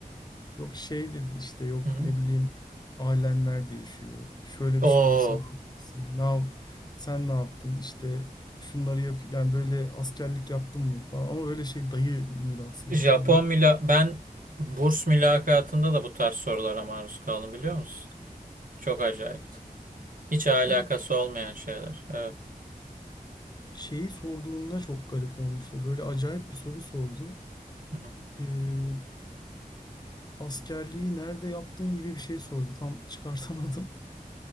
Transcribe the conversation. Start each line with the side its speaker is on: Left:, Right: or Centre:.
Left: yok şey dedi işte yok
Right: Hı hı.
Left: ne bileyim ailenler değişiyor. Şöyle
Right: O
Left: bir şey olsa ne yaparsın? Ne yap- sen ne yaptın? İşte şunları yap yani böyle askerlik yaptın mı falan ama öyle şey dayı nidasıyla
Right: Japon
Left: soruyor.
Right: müla ben burs mülakatında da bu tarz sorulara maruz kaldım biliyor musun? Çok acayipti. Hiç alakası
Left: Yani
Right: olmayan şeyler. Evet.
Left: şeyi sorduğunda çok garip olmuştu. Böyle acayip bir soru sordu.
Right: Hı hı.
Left: Ee, askerliği nerede yaptın gibi bir şey sordu. Tam <laughs> çıkartamadım.